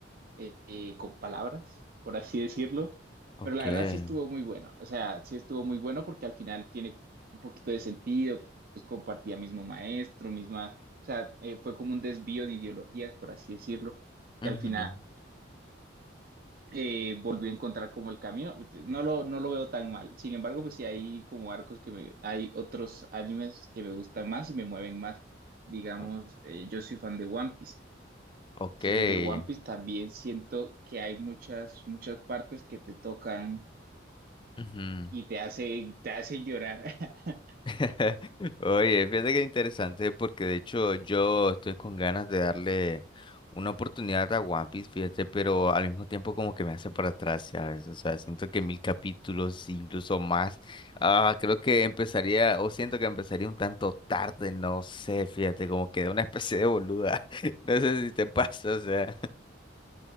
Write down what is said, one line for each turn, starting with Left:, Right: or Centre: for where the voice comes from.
Right: eh, eh, con palabras, por así decirlo.
Left: Okay.
Right: Pero la verdad sí estuvo muy bueno. O sea, sí estuvo muy bueno porque al final tiene un poquito de sentido. Pues compartía mismo maestro, misma. O sea, eh, fue como un desvío de ideologías, por así decirlo,
Left: ujú,
Right: que al final eh, volvió a encontrar como el camino. No lo, no lo veo tan mal. Sin embargo, pues sí hay como arcos que me. Hay otros animes que me gustan más y me mueven más. Digamos,
Left: o-
Right: eh, yo soy fan de One Piece.
Left: Okay.
Right: Entonces, de One Piece también siento que hay muchas, muchas partes que te tocan
Left: ujú.
Right: y te hace, te hace llorar. <laughs>
Left: <laughs> Oye, fíjate que interesante porque de hecho yo estoy con ganas de darle una oportunidad a One Piece, fíjate, pero al mismo tiempo como que me hace para atrás, ¿sabes? O sea, siento que mil capítulos, incluso más, ah, creo que empezaría, o siento que empezaría un tanto tarde, no sé, fíjate, como que de una <laughs> especie de boluda, <laughs> no sé si te pasa, o sea.